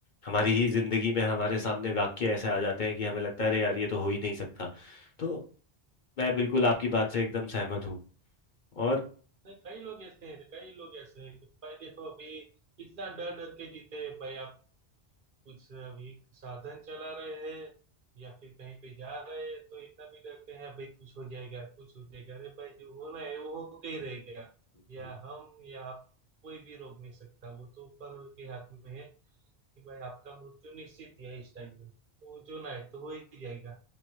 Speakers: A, on the left; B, on the right.
A: हमारी ही जिंदगी में हमारे सामने वाक्य ऐसे आ जाते हैं कि हमें लगता है अरे यार ये तो हो ही नहीं सकता तो मैं बिल्कुल आपकी बात से एकदम सहमत हूँ और
B: नहीं कई लोग ऐसे हैं कई लोग ऐसे हैं कि भाई देखो अभी कितना डर डर के जीते हैं भाई कुछ अभी साधन चला रहे हैं या फिर कहीं पे जा रहे हैं तो इतना भी डरते हैं भाई कुछ हो जाएगा कुछ हो जाएगा अरे भाई जो होना है वो होके ही रहेगा
A: हम्म,
B: या हम या आप कोई भी रोक नहीं सकता वो तो ऊपर के हाथ में है कि भाई आपका मृत्यु निश्चित ही है इस टाइम में तो जो ना है तो हो ही जाएगा